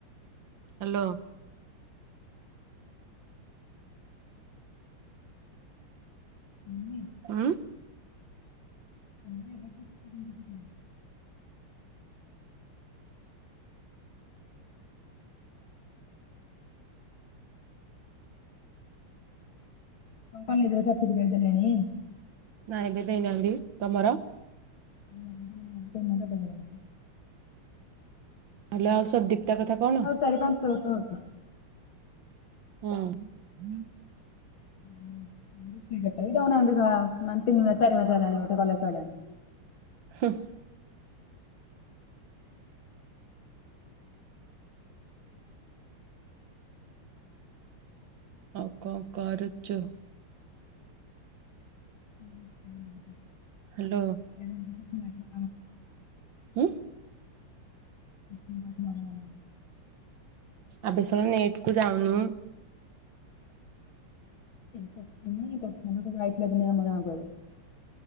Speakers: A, on the right; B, on the left.
A: ହ୍ୟାଲୋ।
B: ହୁଁ।
A: ହଁ।
B: <unintelligible> ତମ କଲେଜ ରେ ସାର୍ଟିଫିକେଟ ଦେଲେଣି?
A: ନା ଏବେ ଦେଇନାହାନ୍ତି, ତମର?
B: <unintelligible>
A: ହ୍ୟାଲୋ, ଆଉ ସଦୀପ୍ତା କଥା କଣ?
B: ଚାରି, ପାଞ୍ଚ ବର୍ଷ ହେବ।
A: ହିଁ ହଁ।
B: ତିନି, ଚାରି ମାସ ହେଲାଣି କଲେଜ ସରିଲାଣି।
A: ହୁଁ। ଆଉ, କଣ କରୁଚୁ?
B: ହୁଁ।
A: ହ୍ୟାଲୋ।
B: <inaudible>
A: ଉଁ।
B: <unintelligible>
A: ଆବେଷଳା ନେଟ କୁ ଯାଉନୁ।
B: ପପୁନି, ତୋଫାନ, ଯାଇଥିଲା ଦିନେ ଆମ ଗାଁ କୁ ଏବେ।